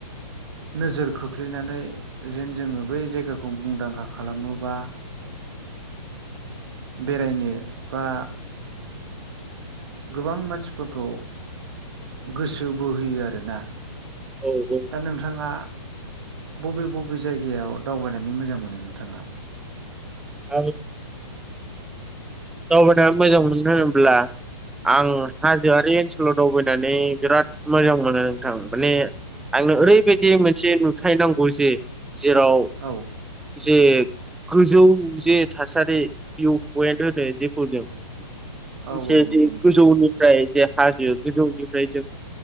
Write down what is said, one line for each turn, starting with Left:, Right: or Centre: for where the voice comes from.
Right: नोजोर खोख्लैनानै जेन जोङो बै जायगाखौ मुंदांखा खालामो बा बेरायनो बा गोबां मानसिफोरखौ गोसो बोहोयो आरोना
Centre: औ जों
Right: दा नोंथाङा बबे बबे जायगायाव दावबायनानै मोजां मोनो नोंथाङा
Centre: आंथ दावबायनानै मोजां मोनो होनोब्ला आं हाजोआरि ओनसोलाव दावबायनानै बिराद मोजां मोनो नोंथां माने आंनो ओरैबायदि मोनसे नुथाय नांगौ जे जेराव।
Right: औ।
Centre: जे गोजौ ज थासारि भिउ पइन्ट होनो जेखौ जों मोनसे
Right: औ औ नंगौ
Centre: ज
Right: नोंथां
Centre: गोजौनि फफ्राय जे हाजो गोजौनिफ्राय जों